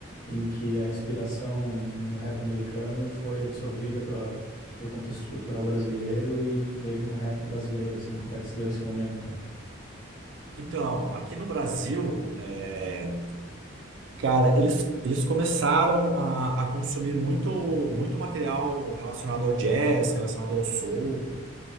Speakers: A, on the left; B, on the right.
A: em que a inspiração no rap americano foi absorvida pela, pelo contexto cultural brasileiro e teve um rap brasileiro, assim. Quando é que se deu esse momento, cara?
B: então, aqui no Brasil, é, cara, eles, eles começaram a, a consumir muito, muito material relacionado ao jazz, relacionado ao soul.